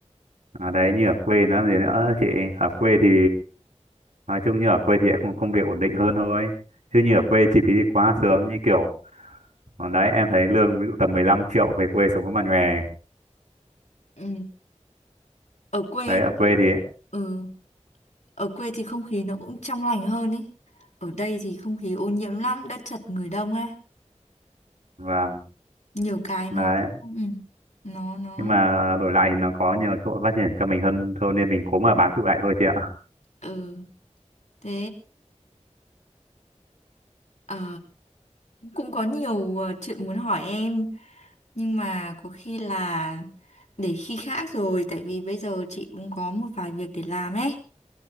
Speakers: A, on the right; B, on the left.
A: à, đấy như ở quê nó gì nữa chị ở quê thì nói chung như ở quê thì lại không công việc ổn định hơn thôi chứ như ở quê chi phí thì quá sướng như kiểu còn đấy em thấy lương ví dụ tầm 15 triệu về quê sống có mà nhòe
B: Ừ. Ở quê
A: đấy ở quê
B: thì
A: thì
B: ừ, ở quê thì không khí nó cũng trong lành hơn ấy. Ở đây thì không khí ô nhiễm lắm, đất chật người đông á,
A: vâng
B: nhiều cái
A: đấy
B: nó ừ, nó nó
A: nhưng mà đổi lại thì nó có nhiều cơ hội phát triển cho mình hơn thôi nên mình cố mà bám trụ lại thôi chị ạ
B: ừ thế ờ, cũng có nhiều ờ, chuyện muốn hỏi em nhưng mà có khi là để khi khác rồi tại vì bây giờ chị cũng có một vài việc để làm ấy